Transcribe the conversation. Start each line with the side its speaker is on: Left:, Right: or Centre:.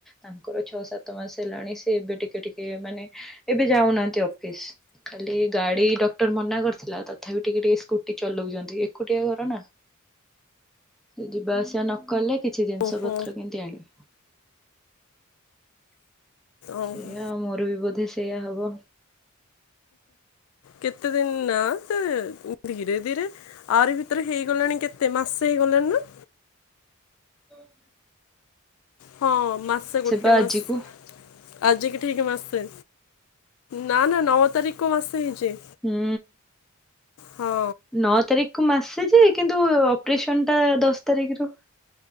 Centre: ତାଙ୍କର ଛଅ ସାତ ମାସ ହେଲାଣି ସେ ଏବେ ଟିକେ ଟିକେ ମାନେ ଏବେ ଯାଉନାହାନ୍ତି ଅଫିସ। ଖାଲି ଗାଡି ଡକ୍ଟର ମନା କରିଥିଲା। ତ ତଥାପି ଟିକେ ଟିକେ ସ୍କୁଟି ଚଲଉଛନ୍ତି। ଏକୁଟିଆ ଘର ନା। ସେ ଯିବା ଆସିବା ନକଲେ କିଛି ଜିନିଷ
Left: ଓହୋ
Centre: ପତ୍ର କେମତି ଆଣିବେ?
Left: ଓହୋ
Centre: ସେଇଆ ଆଉ ମୋର ବି ବୋଧେ ସେଇଆ ହବ।
Left: କେତେ ଦିନ ନା ତ ଧୀରେ ଧୀରେ ଆରି ଭିତରେ ହେଇଗଲାଣି କେତେ ମାସେ ହେଇଗଲାଣି ନା?
Centre: ଓ ହୋ
Left: ହଁ ମାସେ ଗୋଟେ
Centre: ବା
Left: ମାସ
Centre: ଆଜିକୁ
Left: ଆଜି କି ଠିକ ମାସେ ନା ନା ନଅ ତାରିଖକୁ ମାସେ ହେଇଛି।
Centre: ହୁଁ
Left: ହଁ
Centre: ନଅ ତାରିଖ କୁ ମାସେ ଯେ କିନ୍ତୁ ଅପରେସନ ଟା ଦଶ ତାରିଖରୁ